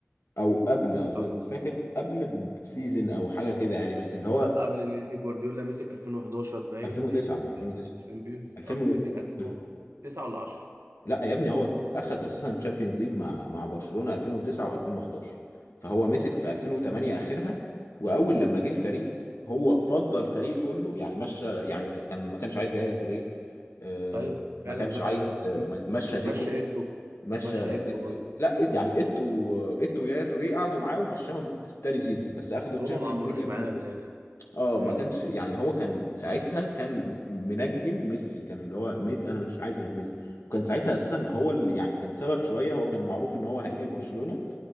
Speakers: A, on the left; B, on the right.
A: او قبل اظن
B: صح
A: مش فاكر قبل بسيزن او حاجه كده يعني بس اللي هو
B: لا قبل لان جوارديولا مسك 2011 باين
A: 2009
B: كسب
A: من 2009
B: الشامبيونز
A: 2000
B: أو
A: و...
B: مسك 2009
A: الف-
B: ولا 10
A: لا يا ابني هو اخد اساسا تشامبيونز ليج مع مع برشلونه 2009 و2011 فهو مسك في 2008 اخرها واول لما جه الفريق هو فضل الفريق كله يعني مشى يعني ما ك- كان ما كانش عايز يايا توريه آه،
B: ايوه فعلا
A: ما كانش
B: مشى
A: عايز
B: ناس كتير
A: آه، ما- مشى ديكو
B: مشى ايتو
A: مشى
B: مشى
A: ايتو
B: ايتو برضه
A: لا يعني ايتو ايتو ويايا توريه قعدوا معاه ومشاهم تاني سيزون بس اخدوا
B: اللي
A: الشامبيونز
B: هم ما عمروش
A: ليج 2009
B: معاه من الاخر
A: اه
B: امم
A: ما كانش يعني هو كان ساعتها كان منجم ميسي كان اللي هو ميسي انا مش عايز غير ميسي وكان ساعتها اساسا هو اللي يعني كان سبب شويه هو كان معروف ان هو هيجي برشلونه